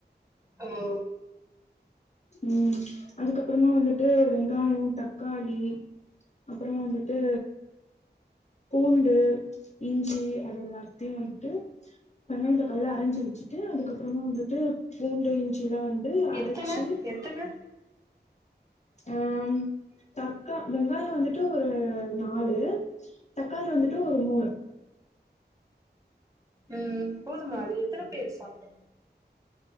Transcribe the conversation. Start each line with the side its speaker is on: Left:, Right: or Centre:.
Right: ஹலோ
Left: ம் அதுக்கப்பறமா வந்துட்டு வெங்காயோ தக்காளி அப்பறமா வந்துட்டு பூண்டு இஞ்சி அது எல்லாத்தையு வந்துட்டு வெங்காயோ தக்காளிலா அரைஞ்சி வச்சுட்டு அதுக்கப்புறமா வந்துட்டு பூண்டு இஞ்சி எல்லா வந் து அரைச்சு
Right: எத்தன எத்தன
Left: அம் தக்கா வெங்காயோ வந்துட்டு ஒரு நாலு தக்காளி வந்துட்டு ஒரு மூணு
Right: ம் போதுமா அது எத்தன பேரு சாப்புட